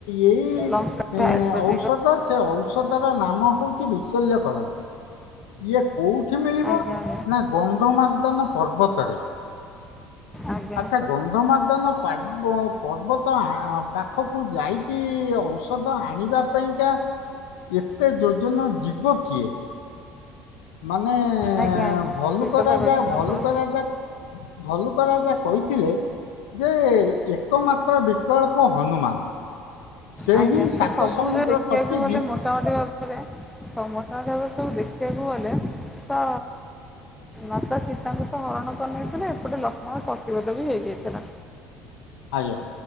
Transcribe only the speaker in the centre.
ଲଙ୍କା ଆୟୁର୍ବେଦିକ
ଆଜ୍ଞା ଆଜ୍ଞା
ଆଜ୍ଞା
ଆଜ୍ଞା ଆଜ୍ଞା
ଠିକ୍ କଥା
କହିଛନ୍ତି
ଆପଣ।
ଆଜ୍ଞା
ସେ ସବୁ
ଦେଖିବାକୁ
ଗଲେ ମୋଟାମୋଟି ଭାବରେ ସମସ୍ତ ଙ୍କ ଠାରୁ ସବୁ ଦେଖିବାକୁ ଗଲେ ତ ମାତା ସୀତାଙ୍କୁ ହରଣ କରି ନେଇଥିଲେ, ଏପଟେ ଲକ୍ଷ୍ମଣ ସତିବେଦ ବି ହେଇଯାଇଥିଲା।